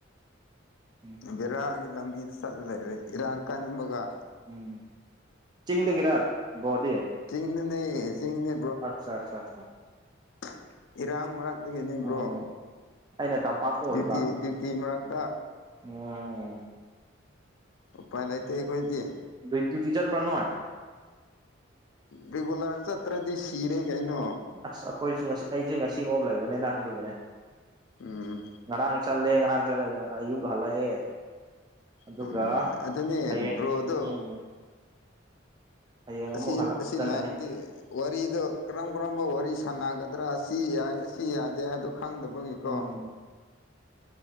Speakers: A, on the right; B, on the left.
A: ꯎꯝ
B: ꯕ‌ꯦꯔꯥꯒꯤ ꯂꯥꯝꯕꯤꯗ ꯆꯥꯠꯂꯒ ꯂꯩꯔꯦ ꯏꯔꯥꯡ ꯀꯥꯟꯕꯒ
A: ꯎꯝ ꯆꯤꯡꯗꯒꯤꯔꯥ ꯕ꯭ꯔꯣꯗꯤ
B: ꯆꯤꯡꯗꯅꯦ ꯆꯤꯡꯅ
A: ꯑꯠꯆꯥ ꯆꯥ ꯆꯥ
B: <unintelligible> ꯏꯔꯥꯡ ꯃꯔꯛꯇꯒꯤꯅꯦ
A: ꯎꯝ
B: ꯕ꯭ꯔꯣ
A: ꯑꯩꯅ ꯇꯝꯄꯥꯛꯇ ꯑꯣꯏꯕ
B: ꯗ꯭ꯌꯨꯇꯤ ꯗ꯭ꯌꯨꯇꯤ ꯃꯔꯥꯛꯇ
A: ꯎꯝ
B: ꯎꯄꯥꯏ ꯂꯩꯇꯦ ꯑꯩꯈꯣꯏꯗꯤ
A: ꯕꯤꯇꯤꯌꯨꯗꯤ ꯆꯥꯠꯄ꯭ꯔ ꯅꯣꯏ
B: ꯔꯤꯒꯨꯂꯔ ꯆꯥꯠꯇ꯭ꯔꯗꯤ ꯁꯤꯔꯦ ꯀꯩꯅꯣ
A: ꯑꯁ ꯑꯩꯈꯣꯏꯁꯨ ꯉꯁꯤ ꯑꯩꯁꯨ ꯉꯁꯤ ꯑꯣꯞ ꯂꯩꯕꯅꯦꯗ ꯑꯗꯨꯒꯤꯅꯦ
B: ꯎꯝ
A: ꯉꯔꯥꯡ ꯆꯥꯠꯂꯦ ꯉꯔꯥꯡ ꯆꯥꯠꯂꯒ ꯑꯌꯨꯛ ꯍꯥꯜꯂꯛꯑꯦ ꯑꯗꯨꯒ
B: ꯎꯝ ꯑꯗꯨꯅꯦ
A: ꯍꯌꯦꯡ
B: ꯕ꯭ꯔꯣꯗꯣ
A: ꯎꯝ ꯍꯌꯦꯡ
B: ꯑꯁꯤ
A: ꯑꯃꯨꯛ ꯍꯜꯂꯛ
B: ꯑꯁꯤꯂꯥꯏꯟꯗꯤ
A: ꯆꯠꯀꯅꯤ
B: ꯋꯥꯔꯤꯗꯣ ꯀꯔꯥꯝ ꯀꯔꯥꯝꯕ ꯋꯥꯔꯤ ꯁꯥꯟꯅꯒꯗ꯭ꯔꯥ ꯑꯁꯤ ꯌꯥꯏ ꯑꯁꯤ ꯌꯥꯗꯦ ꯍꯥꯏꯕꯗꯣ ꯈꯪꯗꯕꯒꯤꯀꯣ
A: ꯎꯝ